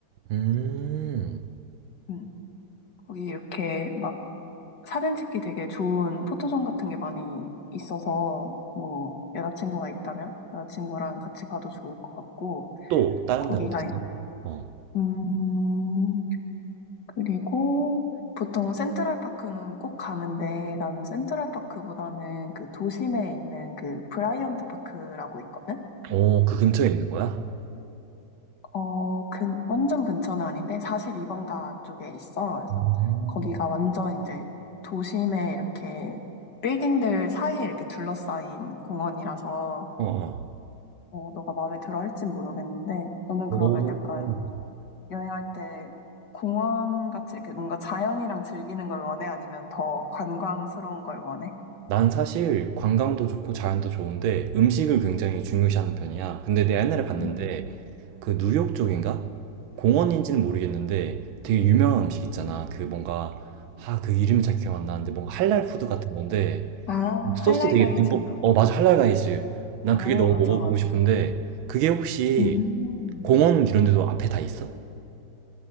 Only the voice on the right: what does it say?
음.
또 다른
데는 어딨어?
어.
오, 그 근처에 있는 거야?
음.
어, 어.
오.
난 사실 관광도 좋고 자연도 좋은데 음식을 굉장히 중요시하는 편이야. 근데 내가 옛날에 봤는데
그 뉴욕 쪽인가? 공원인지는 모르겠는데 되게 유명한 음식 있잖아. 그 뭔가 아, 그 이름이 잘 기억 안 나는데 뭔가 할랄 푸드 같은 건데
소스
되게 듬뿍 어 맞아 할랄가이즈 난
그게 너무
먹어보고
싶은데 그게 혹시
공원 이런 데도 앞에 다 있어?